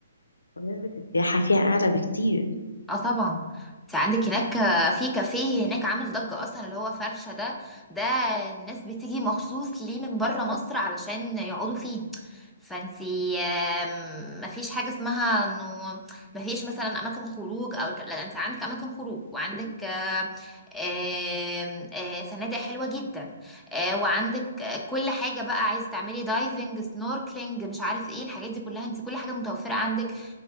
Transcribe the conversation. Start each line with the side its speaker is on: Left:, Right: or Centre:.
Left: ونسبة السياحة فيها أعلى بكتير
Centre: اه طبعا انت عندك هناك آه، في كافيه هناك عامل ضجة اصلا اللي هو فرشة ده ده الناس بتيجي مخصوص ليه من بره مصر علشان يقعدوا فيه فانتي آم، مفيش حاجة اسمها انه مفيش مثلا اماكن خروج او الك- لا انت عندك اماكن خروج وعندك آه، آم، آه، فنادق حلوة جدا آه، وعندك آه، كل حاجة بقى عايز تعملي دايفنج سنوركلينج مش عارف ايه الحاجات دي كلها انت كل حاجة متوفرة عندك